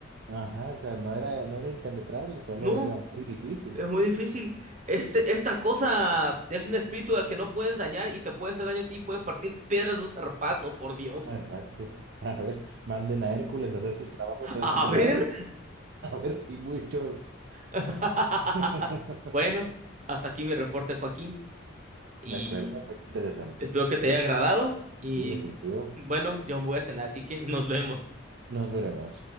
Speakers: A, on the right; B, on the right.
A: Ajá, o sea, no era, no era impenetrable, solo
B: No,
A: era muy difícil.
B: Es muy difícil. Este, esta cosa es un espíritu al que no puedes dañar y te puede hacer daño a ti, puede partir piedras de un zarpazo, por Dios.
A: Exacto. <laughs> A ver, manden a Hércules a hacer sus trabajos a
B: A
A: este
B: ver.
A: lado. <laughs> A ver si muchos.
B: <laughs>
A: <laughs>
B: Bueno, hasta aquí mi reporte, Joaquín, y
A: De acuerdo, muy interesante.
B: espero que te haya agradado. Y
A: Sí, definitivo.
B: bueno, yo me voy a cenar, así que nos vemos.
A: Nos veremos.